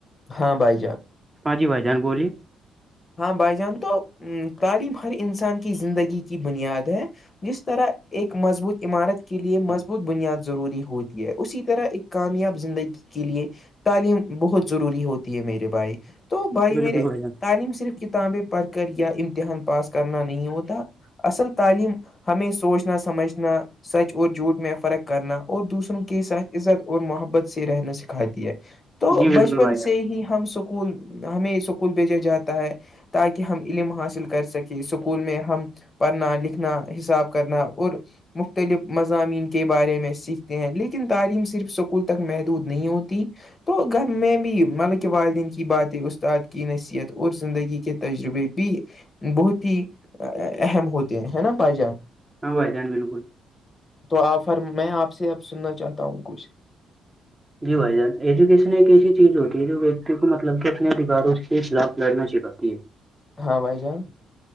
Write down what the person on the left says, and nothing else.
ہاں بھائی ج آپ
ہاں بھائی جان تو تعلیم ہر انسان کی زندگی کی بنیاد ہے جس طرح ایک مضبوط عمارت کے لیے مضبوط بنیاد ضروری ہوتی ہے اسی طرح ایک کامیاب زندگی کے لیے تعلیم بہت ضروری ہوتی ہے میرے بھائی تو بھائی
میرے
تعلیم صرف کتابیں پڑھ کر یا امتحان پاس کرنا نہیں ہوتا اصل تعلیم ہمیں سوچنا سمجھنا سچ اور جھوٹھ میں فرق کرنا اور دوسروں کے ساتھ عزت اور محبت سے رہنا سکھاتی ہے تو
بچپن
سے ہی ہم س اسکول ہمیں اسکول بھیجا جاتا ہے تاکہ ہم علم حاصل کر سکیں اسکول میں ہم پڑھنا لکھنا حساب کرنا اور مختلف مضامین کے بارے میں سیکھتے ہیں لیکن تعلیم صرف سکول تک محدود نہیں ہوتی تو گھر میں بھی مطلب کہ والدین کی باتیں استاد کی نصیحت اور زندگی کی تجربے بھی بہت ہی اہم ہوتے ہیں ہے نا باجان
تو آر میں آپ سے اب سننا چاہتا ہوں کچھ
ہاں بھائی جان